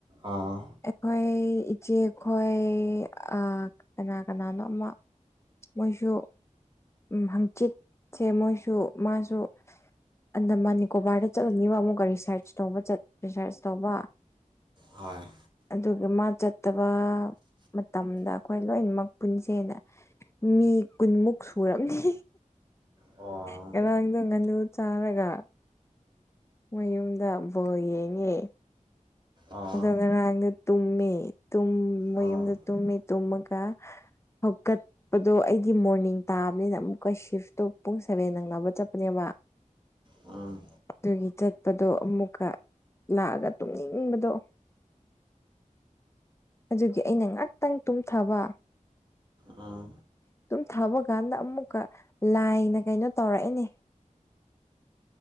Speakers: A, on the right; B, on the left.
A: ꯑꯥ
B: ꯑꯩꯈꯣꯏ ꯏꯆꯦꯈꯣꯏ ꯑꯥ ꯀꯅꯥ ꯀꯅꯥꯅꯣ ꯑꯃ ꯃꯣꯏꯁꯨ ꯍꯪꯆꯤꯠꯁꯦ ꯃꯣꯏꯁꯨ ꯃꯥꯁꯨ ꯑꯟꯗꯃꯥꯟ ꯅꯤꯀꯣꯕꯥ꯭ꯔꯗ ꯆꯠꯂꯨꯅꯤꯕ ꯑꯃꯨꯛꯀ ꯔꯤꯁ꯭ꯔꯁ ꯇꯧꯕ ꯆꯠ ꯔꯤꯁ꯭ꯔꯁ ꯇꯧꯕ
A: ꯍꯣꯏ
B: ꯑꯗꯨꯒꯤ ꯃꯥ ꯆꯠꯇꯕ ꯃꯇꯝꯗ ꯑꯩꯈꯣꯏ ꯂꯣꯏꯅꯃꯛ ꯄꯨꯟꯁꯦꯅ ꯃꯤ ꯀꯨꯟꯃꯨꯛ ꯁꯨꯔꯝꯅꯤ
A: ꯑꯣ
B: ꯉꯔꯥꯡꯗꯣ ꯉꯥꯅꯨ ꯆꯥꯔꯒ ꯃꫭꯏ ꯌꯨꯝꯗ ꯕꯣꯜ ꯌꯦꯡꯉꯦ
A: ꯑꯥ
B: ꯑꯗꯨꯒ ꯉꯔꯥꯡꯗ ꯇꯨꯝꯃꯤ ꯇꯨꯝ ꯃꫭꯏ
A: ꯑꯥ
B: ꯌꯨꯝꯗ ꯇꯨꯝꯃꯤ ꯇꯨꯝꯃꯒ ꯍꯧꯒꯥꯠ ꯄꯗꫭ ꯑꯩꯗꯤ ꯃꯣꯔꯅꯤꯡ ꯇꯥꯕꯅꯤꯅ ꯑꯃꯨꯛꯀ ꯁꯤꯐꯇꯣ ꯄꯨꯡ ꯁꯕꯦꯟ ꯅꯪꯅꯕ ꯆꯠꯄꯅꯦꯕ
A: ꯎꯝ
B: ꯑꯗꯨꯒꯤ ꯆꯠꯄꯗꯣ ꯑꯃꯨꯛꯀ ꯂꯥꯛꯑꯒ ꯇꯨꯡꯅꯤꯡꯕꯗꯣ <inaudible> ꯑꯗꯨꯒꯤ ꯑꯩꯅ ꯉꯥꯛꯇꯪ ꯇꯨꯝꯊꯥꯕ
A: ꯎꯝ
B: ꯑꯗꯨꯝ ꯊꯥꯕ ꯀꯥꯟꯗ ꯑꯃꯨꯛꯀ ꯂꯥꯏꯅ ꯀꯩꯅꯣ ꯇꯧꯔꯛꯑꯦꯅꯦ